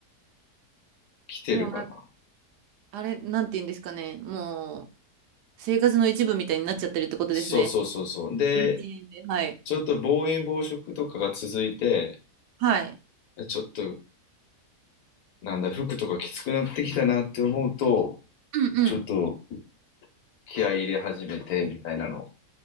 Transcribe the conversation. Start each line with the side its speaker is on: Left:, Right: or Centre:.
Left: 来てるかな。
Right: もうな、あれ、なんて言うんですかね。もう、生活の一部みたいになっちゃってるってことですね。
Left: そうそうそうそう。で、
Right: ルーティンで。はい。
Left: ちょっと暴飲暴食とかが続いて、
Right: はい。
Left: ちょっとなんだ、服とかきつくなってきたなって思うと、
Right: うんうん。
Left: ちょっと気合い入れ始めてみたいなの